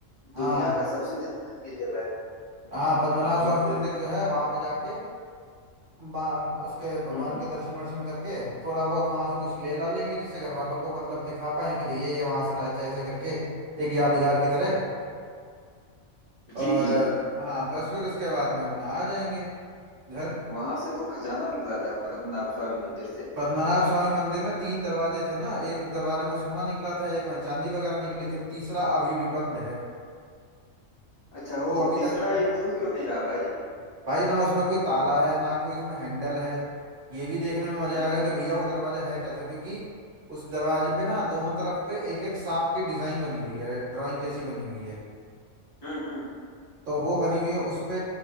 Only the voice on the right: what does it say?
हाँ
हाँ
हाँ पद्मनाभ
स्वामी मंदिर जो है वहां पे जाके बा- उसके भगवान
के दर्शन वर्शन करके थोड़ा बहुत वहां से कुछ ले ला लेंगे जिससे घर वालों को मतलब दिखा पाए कि भैया ये वहां से लाए थे ऐसे करके एक यादगार की तरह और
हाँ बस फिर उसके बाद में अपना आ जाएंगे घर
पद्मनाभ स्वामी मंदिर में तीन दरवाजे थे ना एक दरवाजे में सोना निकला था एक में चांदी वगैरह निकली थी अब तीसरा अभी भी बंद है
वो
अभी
तक वो,
भाई ना उसमें कोई ताला है ना कोई इसमें हैंडल है ये भी देखने में मजा
आएगा
कि भैया वो दरवाजा है कैसा क्योंकि उस दरवाजे पे ना दोनों तरफ पे एक एक सांप की डिजाइन बनी हुई है ड्राइंग जैसी बनी हुई है
तो वो बनी हुई है उस पे